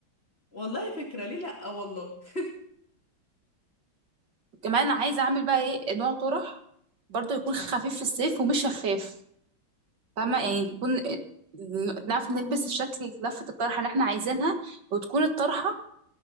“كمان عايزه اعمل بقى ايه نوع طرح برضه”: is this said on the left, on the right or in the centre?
Right